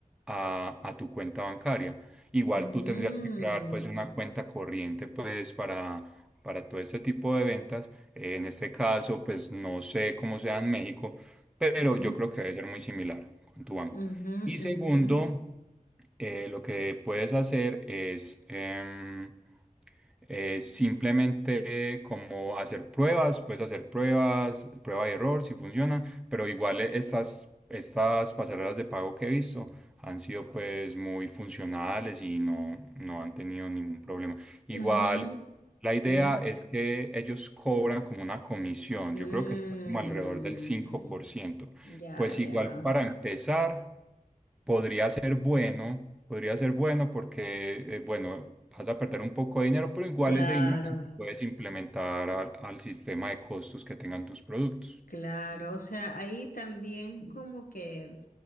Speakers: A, in the centre; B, on the left.
A: a, a tu cuenta bancaria. Igual
B: Mm.
A: tú tendrías que crear pues una cuenta corriente pues para, para todo este tipo de ventas. Eh, en este caso pues no sé cómo sea en México, pero
B: Ujú,
A: yo creo que debe ser muy similar con tu banco.
B: ujú,
A: Y segundo,
B: ujú,
A: eh, lo que puedes hacer es em, eh, simplemente eh, como hacer pruebas, puedes hacer pruebas, prueba y error si funcionan, pero igual eh, estas, estas pasarelas de pago que he visto han sido pues muy funcionales y no, no han tenido ningún problema. Igual
B: ujú.
A: la idea
B: Dime.
A: es que ellos cobran como una comisión,
B: Mm.
A: yo creo que está como alrededor del cinco por ciento.
B: Ya,
A: Pues
B: ya.
A: igual para empezar, podría ser bueno, podría ser bueno porque, eh, bueno, vas a perder un poco de dinero, pero igual
B: Claro,
A: ese dinero se lo puedes implementar al, al sistema de costos que tengan tus productos.
B: claro. O sea, ahí también como que